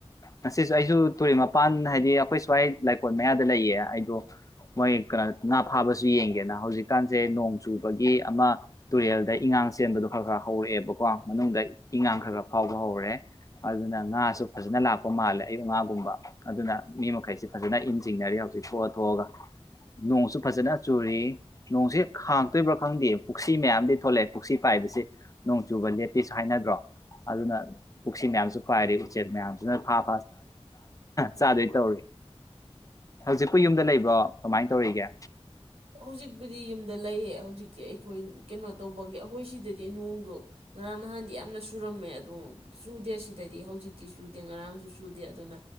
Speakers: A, on the left; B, on the right.
A: ꯉꯁꯤꯁꯨ ꯑꯩꯁꯨ ꯇꯨꯔꯦꯜ ꯃꯄꯥꯟ ꯍꯥꯏꯗꯤ ꯑꯩꯈꯣꯏ ꯁ꯭ꯋꯥꯏ ꯂꯥꯏꯀꯣꯟ ꯃꯌꯥꯗ ꯂꯩꯌꯦ ꯑꯩꯗꯣ ꯃꯣꯏ ꯀꯩꯅꯣ ꯉꯥ ꯐꯥꯕꯁꯨ ꯌꯦꯡꯒꯦꯅ ꯍꯧꯖꯤꯛꯀꯥꯟꯁꯦ ꯅꯣꯡ ꯆꯨꯕꯒꯤ ꯑꯃ ꯇꯨꯔꯦꯜꯗ ꯏꯉꯥꯡ ꯆꯦꯟꯕꯗꯣ ꯈꯔ ꯈꯔ ꯍꯧꯔꯛꯑꯦꯕꯀꯣ ꯃꯅꯨꯡꯗ ꯏꯉꯥꯡ ꯈꯔ ꯈꯔ ꯐꯥꯎꯕ ꯍꯧꯔꯦ ꯑꯗꯨꯅ ꯉꯥꯁꯨ ꯐꯖꯅ ꯂꯥꯛꯄ ꯃꯥꯜꯂꯦ ꯑꯌꯨꯛ ꯉꯥꯒꯨꯝꯕ ꯑꯗꯨꯅ ꯃꯤ ꯃꯈꯩꯁꯤ ꯐꯖꯅ ꯏꯟ ꯆꯤꯡꯅꯔꯤ ꯍꯧꯖꯤꯛ ꯊꯣꯛꯑ ꯊꯣꯛꯑꯒ ꯅꯣꯡꯁꯨ ꯐꯖꯅ ꯆꯨꯔꯤ ꯅꯣꯡꯁꯤ ꯈꯥꯡꯇꯣꯏꯕ꯭ꯔꯥ ꯈꯪꯗꯦ ꯄꯨꯛꯁꯤ ꯃꯌꯥꯝꯗꯤ ꯊꯣꯛꯂꯛꯑꯦ ꯄꯨꯛꯁꯤ ꯄꯥꯏꯕꯁꯤ ꯅꯣꯡ ꯆꯨꯕ ꯂꯦꯞꯄꯤꯁꯨ ꯍꯥꯏꯅ ꯭ꯑꯗꯨꯅ ꯄꯨꯁꯤ ꯃꯌꯥꯝꯁꯨ ꯄꯥꯏꯔꯤ ꯎꯆꯦꯛ ꯃꯌꯥꯝꯁꯨꯅ ꯐꯥ ꯆꯥꯗꯣꯏ ꯇꯧꯔꯤ ꯍꯧꯖꯤꯛꯄꯨ ꯌꯨꯝꯗ ꯂꯩꯕ꯭ꯔꯣ ꯀꯃꯥꯏꯅ ꯇꯧꯔꯤꯒꯦ
B: ꯍꯧꯖꯤꯛꯄꯨꯗꯤ ꯌꯨꯝꯗ ꯂꯩꯌꯦ ꯍꯧꯖꯤꯛꯇꯤ ꯑꯩꯈꯣꯏ ꯀꯩꯅꯣ ꯇꯧꯕꯒꯤ ꯑꯩꯈꯣꯏ ꯁꯤꯗꯗꯤ ꯅꯣꯡꯗꯣ ꯉꯔꯥꯡ ꯅꯍꯥꯟꯗꯤ ꯌꯥꯝꯅ ꯁꯨꯔꯝ ꯨꯝꯃꯦ ꯑꯗꯨꯝ ꯆꯨꯗꯦ ꯁꯤꯗꯗꯤ ꯍꯧꯖꯤꯛꯇꯤ ꯆꯨꯗꯦ ꯉꯔꯥꯡꯁꯨ ꯆꯨꯗꯦ ꯑꯗꯨꯅ